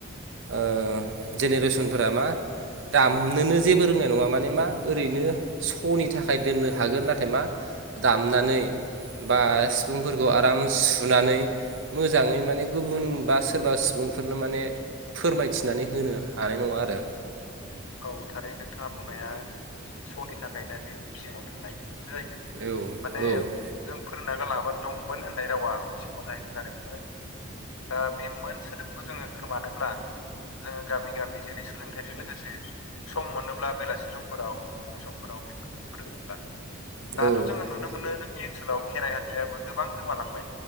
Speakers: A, on the right; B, on the left.
A: ओ जेनेरेसनफोरा मा दामनोनो जे फोरोंनाय नङा माने मा ओरैनो स'नि थाखाय दोननो हागोन नाथाय मा, दामनानै बा सिफुंफोरखौ आराम, सुनानै मोजाङै माने गुबुन बा सोरबा सुबुंफोरनो माने फोरमायथिनानै होनो हानाय नङा आरो।
B: औ थारै नोंथाङा बुंनाया स'नि थाखायनो बे मिउजियामाव दोननाय।
A: औ
B: माने,
A: औ औ
B: जों फोरोंना गालाबा दंमोन होननाय रावा मोनसे समाव जाहैगोन आरो। ओ बे मोन सोदोबखौ जोङो खोमानोब्ला जोङो गामि गामि जेरै सोलोंथाइजों लोगोसे, सम मोनोब्ला बेलासि समफोराव फुं समफोराव बेफोरखौ फोरोङोब्ला
A: औ
B: दाथ'
A: औ
B: जोङो न नुनो मोनो जोंनि ओनसोलाव खेराइ हान्जायाबो गोबां गोमालांबाय